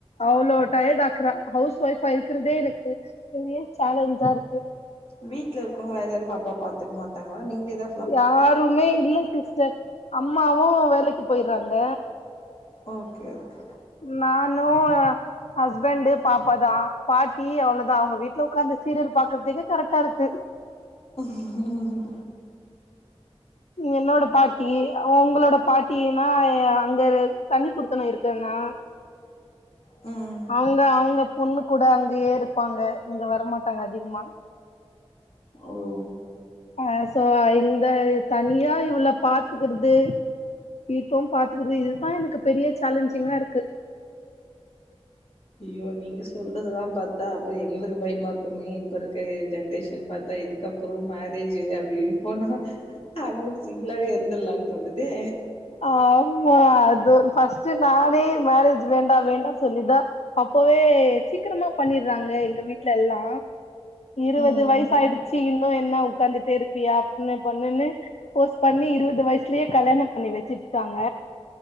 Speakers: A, on the left; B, on the left.
A: அவ்ளோ டயர்ட் ஆக்குறா ஹவுஸ் ஒய்ஃபா இருக்கறதே எனக்கு பெரிய சேலஞ்சா இருக்கு
B: வீட்ல இருக்கவங்க வேற யாரு பாப்பாவ பாத்துக்க மாட்டாங்ளா நீங்கதா
A: யாருமே இல்ல சிஸ்டர் அம்மாவு வேலக் போய்றாங்க
B: ஓகே ஓகே
A: நானு ஹஸ்பண்ட் பாப்பா தா பாட்டி அவ்ளோதா அவுங்க வீட்ல உக்காந்து சீரியல் பாக்குறதுக்கே கரெக்ட்டா இருக்கு
B: ஹம்ம்ம்
A: என்னோட பாட்டி அவங்ளோட பாட்டி எனாயா அங்கரு தனி குடுத்தனோ இருக்கறனா
B: ம்
A: அவுங்க அவுங்க பொண்ணு கூட அங்கயே இருப்பாங்க இங்க வரமாட்டாங்க அதிகமா
B: ஓ
A: ஆ சோ இந்த இத் தனியா இவள பாத்துக்கறது வீட்டு பாத்துக்கறது இதுதா எனக்கு பெரிய சேலஞ்சிங்கா இருக்கு
B: அயோ நீங்க சொல்றதல்லா பாத்தா அப்றோ எங்களுக்கு பயமாருக்குமே இப்ப இருக்க எ ஜென்ரேஷன் பாத்தா இதுக்கப்றோ மேரேஜ் அப்டி போன அவ்ளோ சிங் ஃபுல்லாவே இருந்துர்லானு தோணுதே
A: ஆமா அது ஃபர்ஸ்ட்டு நானே மேரேஜ் வேண்டா வேண்டா சொல்லிதா அப்பவே சீக்ரமா பண்ணிறாங்க எங்க வீட்ல எல்லா இருவது
B: ம்
A: வயசு ஆயிடுச்சு இன்னு என்ன உக்காந்துட்டே இருப்பியா அப்ன்னு பொண்ணுன்னு போஸ் பண்ணி இருவது வயசுலயே கல்யாணம் பண்ணி வச்சிட்டாங்க